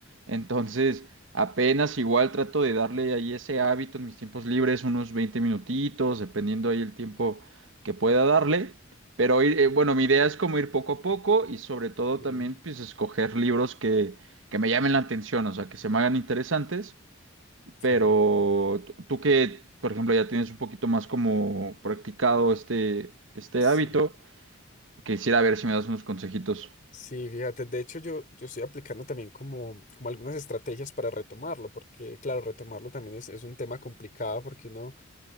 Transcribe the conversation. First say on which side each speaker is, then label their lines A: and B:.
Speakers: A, on the right (about 75°); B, on the left (about 40°).
A: Entonces, apenas igual trato de darle ahí ese hábito en mis tiempos libres, unos 20 minutitos, dependiendo ahí el tiempo que pueda darle. Pero ir, eh, bueno, mi idea es como ir poco a poco y sobre todo
B: mm,
A: también pues escoger libros que, que me llamen la atención, o sea, que se me hagan interesantes,
B: sí,
A: pero t- tú que, por ejemplo, ya tienes un poquito más como practicado este, este
B: sí,
A: hábito, quisiera ver si me das unos consejitos.
B: sí, fíjate, de hecho yo, yo estoy aplicando también como, como algunas estrategias para retomarlo, porque claro, retomarlo también es, es un tema complicado porque uno